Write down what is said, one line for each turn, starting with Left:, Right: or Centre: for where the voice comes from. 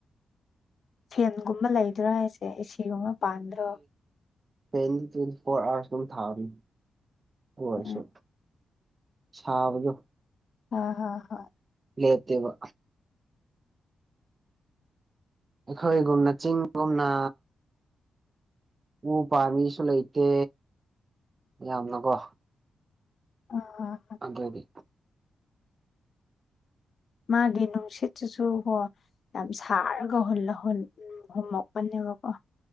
Left: ꯐꯦꯟꯒꯨꯝꯕ ꯂꯩꯗ꯭ꯔꯥ ꯍꯥꯏꯁꯦ ꯑꯦꯒꯨꯝꯅ ꯄꯥꯟꯗ꯭ꯔꯣ
Right: ꯦꯟ ꯇ꯭ꯋꯦꯟꯇꯤ ꯐꯣꯔ ꯑꯋꯥꯔꯁ ꯑꯗꯨꯝ ꯊꯥꯅꯤ ꯑꯣꯏꯔꯁꯨ
Left: ꯎꯝ
Right: ꯁꯥꯥꯕꯖꯣ
Left: ꯑ ꯍ ꯍ
Right: ꯂꯩꯇꯕ ꯑꯩꯈꯣꯏꯒꯨꯝꯅ ꯆꯤꯡꯒꯨꯝꯅ ꯎ ꯄꯥꯝꯃꯤꯁꯨ ꯂꯩꯇꯦ ꯌꯥꯝꯅꯀꯣ
Left: ꯑ
Right: ꯑꯗꯗꯤ <inaudible>
Left: ꯃꯥꯒꯤ ꯅꯨꯡꯁꯤꯠꯇꯨꯁꯨ ꯍꯣ ꯌꯥꯝ ꯁꯥꯔꯒ ꯍ ꯍꯣꯝ ꯋꯥꯥꯛ ꯄꯅꯤꯦ ꯋꯥꯀꯣ